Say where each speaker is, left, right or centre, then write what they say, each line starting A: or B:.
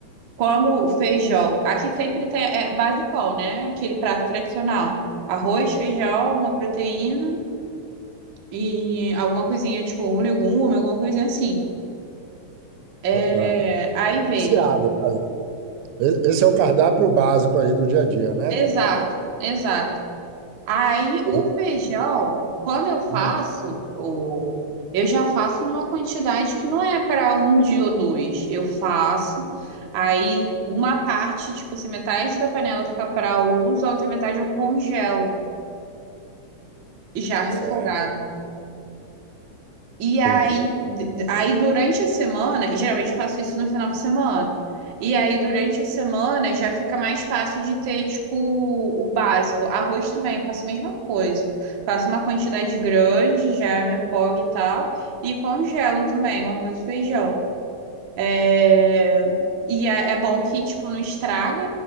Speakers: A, on the right (about 55°); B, on the right (about 80°).
A: quando o feijão, aqui sempre tem, é basicão, né? Aquele prato tradicional. Arroz, feijão, uma proteína e alguma coisinha, tipo, um legume, alguma coisinha assim. É,
B: ah,
A: aí, veja.
B: saciado, cara. E- Esse é o cardápio básico aí do dia a dia, né?
A: Exato, exato. Aí o
B: Você,
A: feijão, quando eu faço,
B: hum,
A: o... eu já faço numa quantidade que não é para um dia ou dois. Eu faço, aí uma parte, tipo assim, metade da panela fica para uso, a outra metade eu congelo, já refogado.
B: Certo,
A: E
B: entendi.
A: aí, aí durante a semana, e geralmente eu faço isso no final de semana. E aí, durante a semana, já fica mais fácil de ter, tipo, o básico. Arroz também, eu faço a mesma coisa. Faço uma quantidade grande, já refogo e tal. E congelo também o arroz e feijão. É... E é, é bom que, tipo, não estraga.